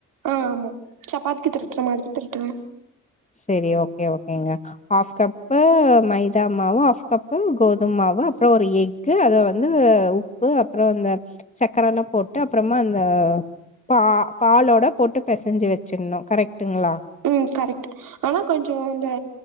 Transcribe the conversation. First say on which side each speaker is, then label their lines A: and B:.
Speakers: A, on the right; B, on the left.
A: ஆஹ ஆமா சப்பாத்தி தெரட்டுற மாதிரி தெரட்டுவ.
B: சேரி ஓகே ஓகேங்க ஹாஃப் கப்பு மைதா மாவு ஹாஃப் கப்பு கோதும மாவு அப்புறோ ஒரு எக்கு அத வந்து உப்பு அப்புறோ அந்த சக்கரல்லா போட்டு அப்புறமா அந்த பா பாலோட போட்டு பெசஞ்சு வெச்சுடணோ கரெக்டுங்களா.
A: உம் கரெக்ட் ஆனா கொஞ்சோ இந்த.